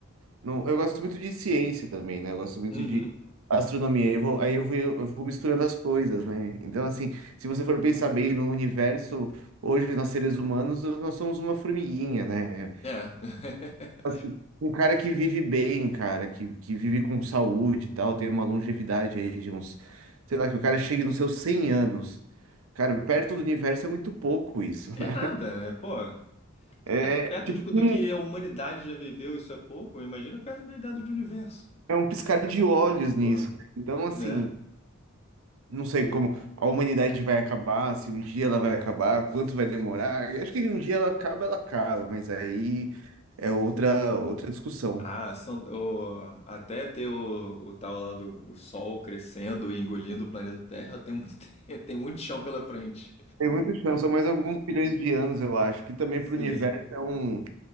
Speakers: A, on the right; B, on the left.
A: Não, eu gosto muito de ciência também, né? Eu gosto muito
B: Uhum.
A: de astronomia. Eu vou, aí eu vou, eu vou misturando as coisas, né? Então, assim, se você for pensar bem no universo, hoje nós seres humanos, nós somos uma formiguinha, né?
B: É. <laughs>
A: Assim, um cara que vive bem, cara, que, que vive com saúde e tal, tem uma longevidade aí de uns, sei lá, que o cara chegue nos seus 100 anos. Cara, perto do universo é muito pouco isso,
B: É
A: né?
B: nada, né? Pô,
A: É
B: perto, perto
A: é tipo
B: de- do
A: um,
B: que a humanidade já viveu, isso é pouco. Imagina perto da idade do universo.
A: é um piscar de olhos nisso.
B: Pô,
A: né? Então, assim.
B: né?
A: Não sei como a humanidade vai acabar, se um dia ela vai acabar, quanto vai demorar. Eu Acho que um dia ela acaba, ela acaba, mas aí é outra outra discussão.
B: Ah, são, o- até ter o, o tal lá do o Sol crescendo e engolindo o planeta Terra, tem muito, <laughs> tem muito chão pela frente.
A: Tem muita chance, são mais alguns bilhões de anos, eu acho, que também
B: Sim,
A: para o universo é um,